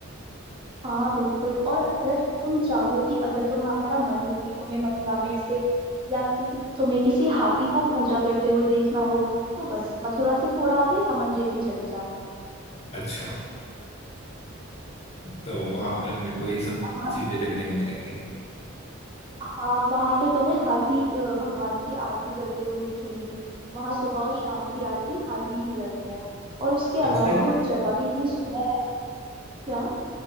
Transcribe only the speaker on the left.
अच्छा तो वहां
पर मेरे को ये सब
चीजें देखने को मिलेंगी
अच्छा